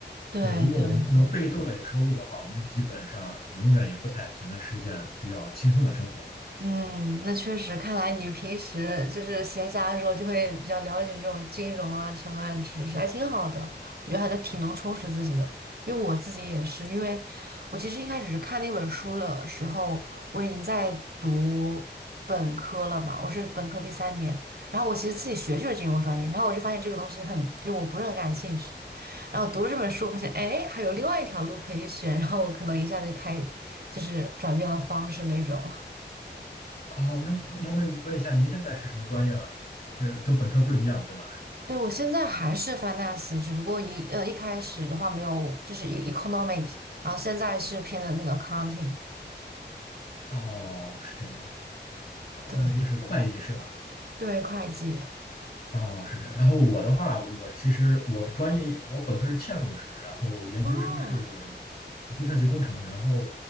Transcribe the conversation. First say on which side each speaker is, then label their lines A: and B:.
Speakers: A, on the right; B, on the left.
A: 对对对，
B: 对，如果我们不能被动的有收入的话，我们基本上永远也不太可能实现比较轻松的生活嘛。
A: 嗯，那确实，看来你平时就是闲暇的时候就会比较了解这种金融啊相关的知识，还挺好的。我觉得还得挺能充实自己的，因为我自己也是，因为我其实一开始看那本书的时候，我已经在读本科了嘛，我是本科第三年，然后我其实自己学就是金融专业，然后我就发现这个东西很，就我不是很感兴趣，然后读了这本书，我发现哎，还有另外一条路可以选，然后我可能一下就开，就是转变了方式那种。
B: 哦，那冒昧问一下，您现在是什么专业啊？是跟本科不一样的，对吗？
A: 对，我现在还是 finance，只不过一呃一开始的话没有，就是一 economics，然后现在是偏的那个 accounting，
B: 哦，是这样，呃，
A: 对，
B: 就是会计是吧？
A: 对，会计。
B: 哦，是这样。然后我的话，我其实我的专业我本科是嵌入式，然后研究生是
A: 哦，
B: 计算机工程，然后